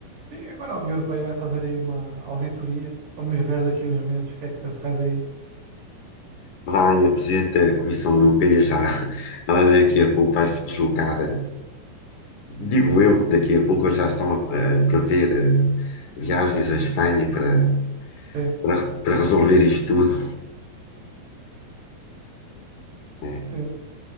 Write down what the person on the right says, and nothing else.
E agora a União Europeia vai fazer aí uma auditoria. Vamos ver daqui a uns meses o que é que sai daí.
Sim,
sim,
sim.